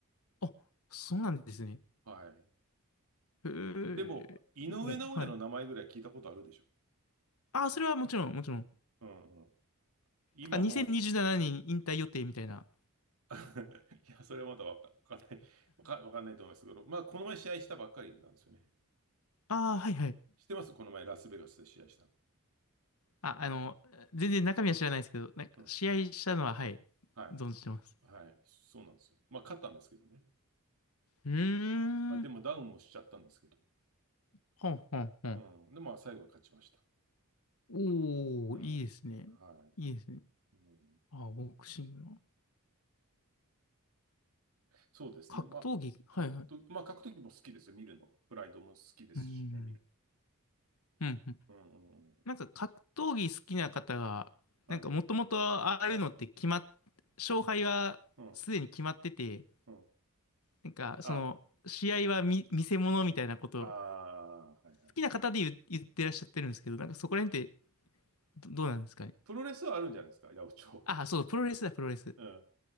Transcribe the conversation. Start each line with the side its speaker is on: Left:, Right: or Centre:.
Left: あ、そうなんですね。
Right: はい。
Left: へえ、
Right: でも、井上尚弥の名前ぐらい聞いたことあるでしょ。
Left: もう、はい。ああ、それはもちろん、もちろん。
Right: うん今もう
Left: なんか2027年引退予定みたいな。
Right: <laughs> いや、それはまだわか、わかんない。わか、わかんないと思いますけど、まあ、この前試合したばっかりなんですよね。
Left: ああ、はいはい。
Right: 知ってますこの前ラスベガスで試合したの。
Left: あ、あの、全然中身は知らないですけど、なんか試合したのは、
Right: うん。
Left: はい、
Right: はい。
Left: 存じてます。
Right: はい。そうなんですよ。まあ、勝ったんですけどね。
Left: うーん。
Right: まあ、でもダウンもしちゃったんですけどね。
Left: ほんほんほん。
Right: うん。で、まあ、最後は勝ちました。
Left: おー、
Right: うん。
Left: いいですね。
Right: はい。
Left: いいですね。
Right: うん、
Left: あ、ボクシングの。
Right: そうですね。
Left: 格闘技はいはい。
Right: まあ、格闘、まあ、格闘技も好きですよ。見るの。プライドも好きですしね、
Left: うん。
Right: 見る。
Left: うん。うん
Right: うんうんうん。
Left: なんか格闘技好きな方が、
Right: はい。
Left: なんかもともとああいうのって決まっ、
Right: はい。
Left: 勝敗はすでに決まってて、
Right: うん。うん。
Left: なんかその、
Right: あ、
Left: 試合は見、見せ物みたいなこと、
Right: ああ、はいはい。
Left: 好きな方で言う、言ってらっしゃってるんですけど、なんかそこら辺って
Right: うん
Left: ど、どうなんですかね。
Right: プロレスはあるんじゃないですか、八百長。
Left: あ、そう、プロレスだ、プロレス。
Right: うん。